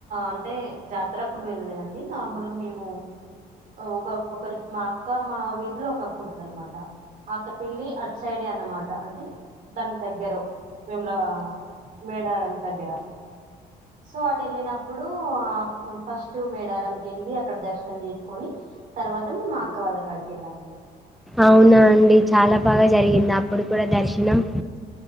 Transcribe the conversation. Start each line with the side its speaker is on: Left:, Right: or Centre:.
Right: అంటే జాతర అప్పుడు వెళ్ళలేదండి నార్మల్గా మేము ఒక ఒకరి మా అక్క మా వీధిలో ఒక అక్క ఉంటంది అన్నమాట ఆ అక్క పెళ్లి అట్ సైడే అన్నమాట అంటే అంటే దాని దగ్గరో మేము మేడారం దగ్గర సో అటు వెళ్ళినప్పుడు ఆ ఫస్ట్ మేడారంకి వెళ్ళి అక్కడ దర్శనం చేసుకొని తర్వాత మేము మా అక్క వాళ్ళ కాడికి వెళ్ళామండి
Centre: అవునా అండి చాలా బాగా జరిగింది అప్పుడు కూడా దర్శనం